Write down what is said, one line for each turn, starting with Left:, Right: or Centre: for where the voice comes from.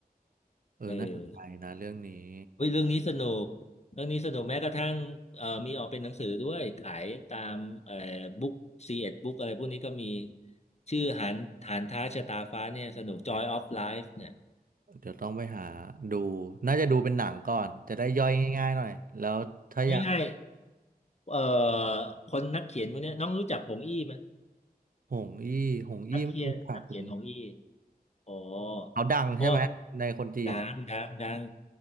Right: เออน่าสนใจนะเรื่องนี้
Left: เออเฮ้ยเรื่องนี้สนุกเรื่องนี้สนุกแม้กระทั่งเอ่อมีออกเป็นหนังสือด้วยขายตามเอ่อบุ๊กซีเอ็ดบุ๊กอะไรพวกนี้ก็มีชื่อหานหานท้าชะตาฟ้าเนี่ยสนุก Joy of Life เนี่ย
Right: เดี๋ยวต้องไปหาดูน่าจะดูเป็นหนังก่อน จะได้ย่อยง่ายๆหน่อย แล้วถ้าอยาก
Left: เอาง่ายๆเอ่อคนนักเขียนคนเนี้ยน้องรู้จักผงอี้ไหม
Right: หงอี้หงอี้ไม่รู้จักเลย
Left: นักเขียนนักเขียนของอีกอ๋อ
Right: เขาดังใช่ไหมในคนจีนอ่ะ
Left: เพราะว่าดังดังดัง